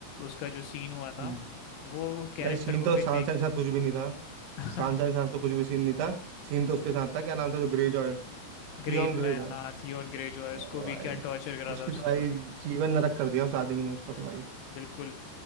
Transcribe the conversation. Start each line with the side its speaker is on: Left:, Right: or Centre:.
Left: उसका जो सीन हुआ था
Right: हम्म,
Left: वो उस कैरेक्टर
Right: भाई सीन
Left: को
Right: तो
Left: भी
Right: सांसा
Left: देख
Right: के
Left: के
Right: साथ कुछ भी नहीं था
Left: <laughs>
Right: सांसा के साथ तो कुछ भी सीन नहीं था सीन तो उसके साथ था क्या नाम था जो Greyjoy
Left: ग्रे
Right: Theon
Left: जो
Right: ग्रे
Left: है
Right: जॉय
Left: हाँ थियोन ग्रे जो है
Right: अरे
Left: उसको भी
Right: भाई
Left: क्या टॉर्चर करा
Right: उसकी
Left: था उसने
Right: तो भाई
Left: भाई
Right: जीवन नरक कर दिया उस आदमी ने उसका
Left: हम्म,
Right: तो भाई
Left: बिल्कुल